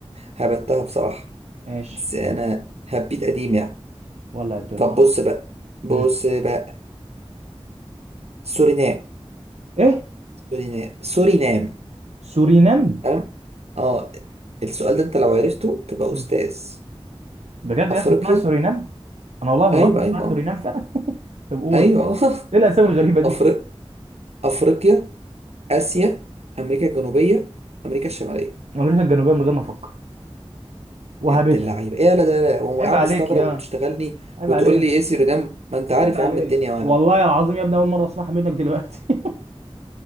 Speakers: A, on the right; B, on the right.
A: هبتها بصراحه
B: ماشي
A: بس انا هبيت قديم يعني
B: ولا الدنيا
A: طب بص بقى بص
B: مم.
A: بقى سورينام
B: ايه
A: سورينام سورينام
B: سورينام
A: أم؟ اه السؤال ده انت لو عرفته تبقى
B: مم.
A: استاذ
B: بجد يا
A: افريقيا
B: اسطى اسمها سورينام انا والله ما
A: ايوه
B: بهزر اسمها
A: ايوه آه.
B: سورينام فعلا <laughs> طب قول
A: ايوه <laughs>
B: ايه الاسامي الغريبه دي
A: أفريق... افريقيا اسيا امريكا الجنوبيه امريكا الشماليه
B: امريكا الجنوبيه من غير ما افكر وهبدها
A: يا ابن اللعيبه ايه لا ده لا هو
B: عيب
A: قاعد
B: عليك
A: بيستغرب
B: يا
A: وبتشتغلني
B: عيب
A: وتقول
B: عليك
A: لي ايه سيرودام ما انت عارف
B: عيب عليك
A: يا عم الدنيا أهو يا
B: والله
A: عم
B: العظيم يا ابني اول مره اسمعها منك دلوقتي <laughs>